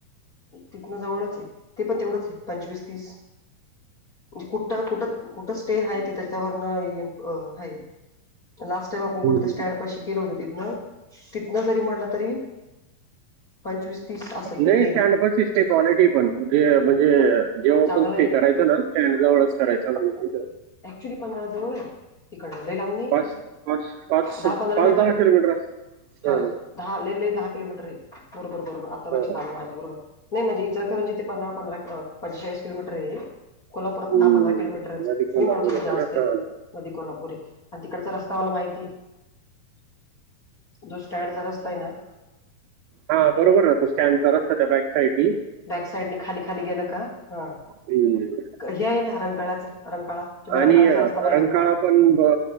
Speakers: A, on the left; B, on the right.
A: तिथनं जवळच आहे ते पण तेवढंच आहे पंचवीस तीस. म्हणजे कुठं कुठं कुठ स्टे आहे त त्याच्यावर हाय लास्ट आपण
B: वरून
A: कुठ स्टँड पाशी केलं होतं तिथनं तिथन जरी म्हटलं तरी पंचवीस तीस असेल
B: नाही
A: मे
B: stand
A: बी
B: buses quality पण जे म्हणजे जेव्हा
A: चांगलं
B: पण
A: आहे
B: ते करायचं ना त्या जवळच करायचं म्हंजे
A: ऍक्चुली पन्हाळा जवळ आहे. तिकडं ल लांब नाही
B: पाच पाच पाच
A: दहा पंधरा
B: पाच
A: मिटर
B: दहा
A: आहे.
B: किलोमीटर असतं
A: हा
B: हां
A: दहा लेनईन दहा किलोमीटर आहे बरोबर बरोबर आता लक्षात
B: हां
A: आलं माझ्या बरोबर नाही म्हणजे इचरकरंजी इथे पंधरा पंधरा पंचेचाळीसिलोमीटर आहे. कोल्हापुरातून
B: हम्म.
A: दहा पंधरा किलोमीटरचे
B: नदी कोल्हापूर
A: मी म्हणत होत
B: येतं
A: जास्ते.
B: ना हां
A: मध्ये कोल्हापूरे आणि तिकडचा रस्ता मला माहिती दु स्टँडचा रस्ता आहे ना.
B: हां बरोबर ना तो स्टँड चा रस्ता त्या बॅक साईड मी
A: बॅक साईडने खाली खाली गेलं का? हंं
B: हम्म.
A: हे आहे ना रंकाळ्याचं. रंकाळा तुम्ही
B: आणि
A: रंकाळाचा
B: अं,
A: रस्ता माहिती
B: रंकाळा
A: तुम्हाला
B: पण